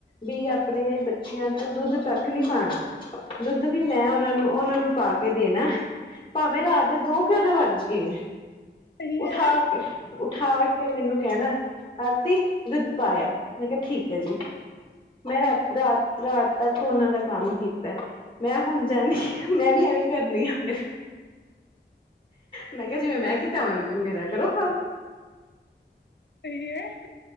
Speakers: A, on the left (about 25°); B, on the left (about 65°).
A: ਵੀ ਆਪਣੇ ਬੱਚਿਆਂ ਦਾ ਦੁੱਧ ਤੱਕ ਨੀ ਪਾਨਾ। ਦੁੱਧ ਵੀ ਮੈਂ ਉਹਨਾਂ ਨੂੰ, ਉਹਨਾਂ ਨੂੰ ਪਾ ਕੇ ਦੇਨਾ ਭਾਵੇਂ ਰਾਤ ਦੇ ਦੋ ਕਿਉਂ ਨਾ ਵਜ। <unintelligible>
B: ਸਹੀ
A: ਉਠਾ
B: ਹੈ
A: ਕੇ, ਉਠਾ ਕੇ ਮੈਨੂੰ ਕਹਿਣਾ ਆਰਤੀ ਦੁੱਧ ਪਾਇਆ, ਮੈਂ ਕਿਹਾ ਠੀਕ ਹੈ ਜੀ, ਮੈਂ ਰਾਤ, ਰਾਤ, ਰਾਤ ਤੱਕ ਉਹਨਾਂ ਦਾ ਕੰਮ ਕੀਤਾ ਮੈਂ ਹੁਣ ਜਾਂਨੀ ਆਂ ਮੈਂ ਵੀ ਐਵੇਂ ਕਰਨੀ ਆ ਫਿਰ ਮੈਂ ਕਿਹਾ ਜਿਵੇਂ ਮੈਂ ਕਿਤਾ ਮੈਂ, ਮੇਰਾ ਕਰੋ ਕੱਮ।
B: ਸਹੀ ਐ।